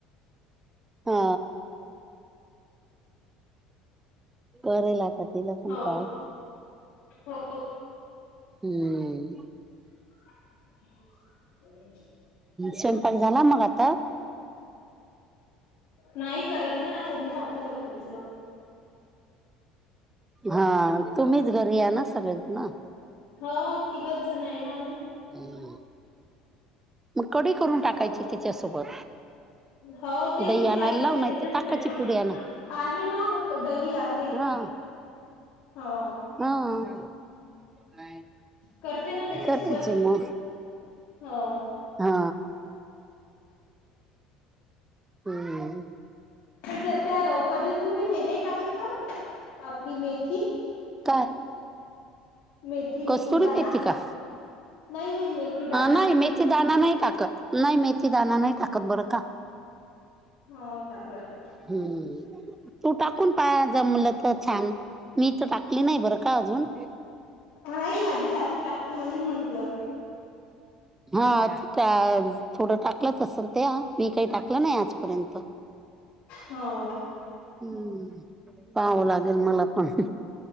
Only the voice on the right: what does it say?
हा करेल आता तिला पण
कॉल
हम्म
स्वयंपाक झाला मग आता
हा तुम्हीच घरी या ना सगळे ना
ह् मग कढी करून टाकायची
त्याच्यासोबत
दही
आणायला
लाव नाही
तर ताकाची पुडी आणा
हा
हा
करायचे मग
हा हम्म
काय
कस्तुरी
मेथी का
नाही मेथी दाना नाही टाकत नाही मेथी दाना नाही टाकत बरं का
हम्म तू टाकून पाय जमलं तर छान मी तर टाकली नाही बरं का अजून
हा थोडं टाकलंच असेल ते मी काही टाकलं नाही आजपर्यंत
हम् पावं लागेल मला पण